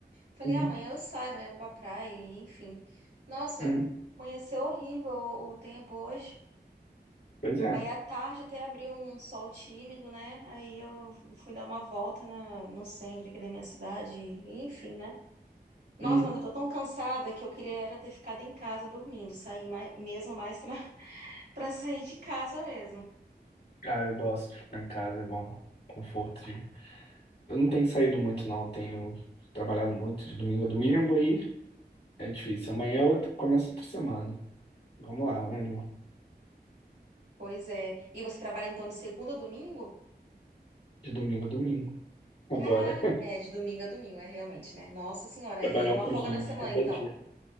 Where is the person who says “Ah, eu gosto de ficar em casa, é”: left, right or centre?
Left